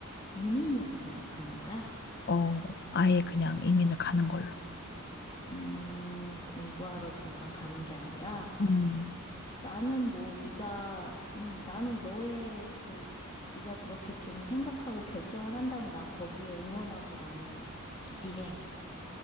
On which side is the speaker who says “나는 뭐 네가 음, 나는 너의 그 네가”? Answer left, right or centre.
Left